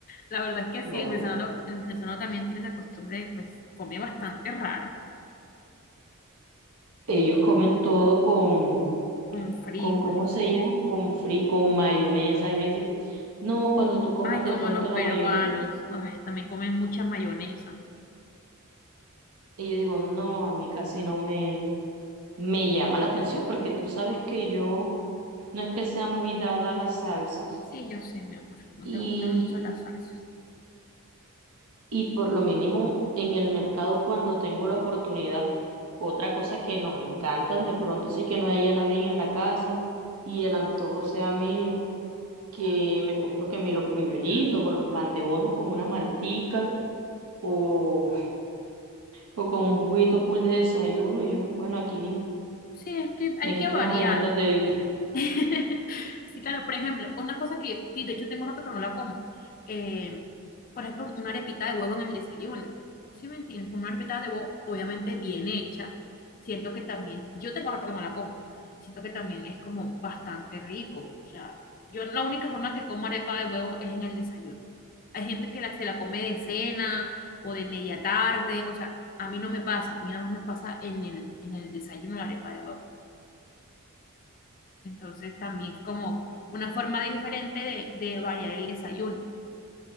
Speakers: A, on the left; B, on the right.
A: La verdad es que
B: No,
A: sí, el venezolano, el venezolano también tiene esa costumbre de, pues, comer bastante raro,
B: ellos comen todo con,
A: con frijoles.
B: con ¿cómo se llama? Con fri, con mayonesa. Y me dicen, no, cuando tú comas
A: Ay,
B: de
A: como
B: pronto
A: los peruanos.
B: la mayonesa.
A: Ay, también comen mucha mayonesa.
B: Y yo digo, no, a mí casi no me, Me llama la atención porque tú sabes que yo no es que sea muy dada a las salsas
A: Sí, yo sé, mi amor, no
B: y,
A: te gustan mucho las salsas.
B: y por lo mínimo en el mercado cuando tengo la oportunidad, otra cosa que nos encantan de pronto sí que no haya nadie en la casa y el antojo sea mínimo, que me compro que me los puñuelitos o los pan de bono con una maltica o, o con un juguito full de desayuno y yo, bueno, aquí
A: Sí, es que hay
B: me quito
A: que variar.
B: unos añitos de vida.
A: <laughs> Sí, claro, por ejemplo, una cosa que, y de hecho tengo rato que no la como, eh, por ejemplo, una arepita de huevo en el desayuno, ¿sí me entiendes? Como una arepita de huevo, obviamente bien hecha, siento que también, yo tengo rato que no la como, siento que también es como bastante rico, o sea, yo la única forma que como arepa de huevo es en el desayuno. Hay gente que la, se la come de cena o de media tarde, o sea, a mí no me pasa, a mí nada más me pasa en el, en el desayuno la arepa de huevo. Entonces también es como una forma diferente de, de variar el desayuno.